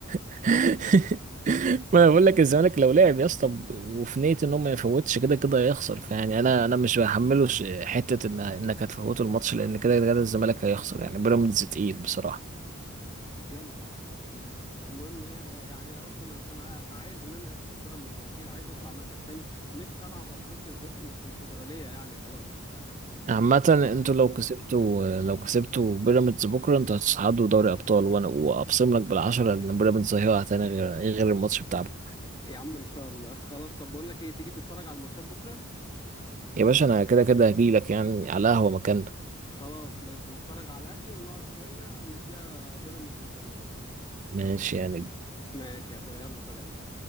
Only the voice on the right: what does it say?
<laughs> ما انا بقول لك الزمالك لو لعب يا اسطى ب- وفي نية ان هو ما يفوتش كده كده هيخسر فيعني انا انا مش بحمله ش- حتة ان انك هتفوته الماتش لان كده كده الزمالك هيخسر يعني بيراميدز تقيل بصراحة
عامة
انتوا لو كسبتوا لو كسبتوا بيراميدز بكرة انتوا هتصعدوا دوري ابطال وانا واقسم لك بالعشرة ان بيراميدز هيقع تاني غير غير الماتش بتاع بكرة.
يا باشا انا كده كده هجيلك يعني على قهوة مكاننا
ماشي يعني